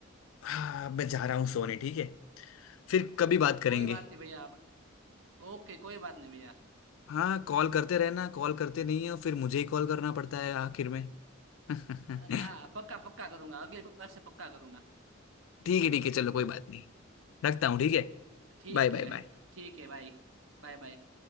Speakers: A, on the left; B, on the right.
A: हाँ मैं जा रहा हूँ सोने ठीक है फिर कभी बात करेंगे
B: कोई बात नहीं भैया आप- ओके कोई बात नहीं भैया
A: हाँ कॉल करते रहना कॉल करते नहीं हो फिर मुझे ही कॉल करना पड़ता है आखिर में <laughs> ठीक
B: ना पक्का पक्का करूंगा अगली बार से पक्का करूंगा
A: है ठीक है चलो कोई बात नहीं रखता हूँ ठीक है
B: ठीक
A: Bye bye
B: है
A: bye
B: ठीक है भाई Bye bye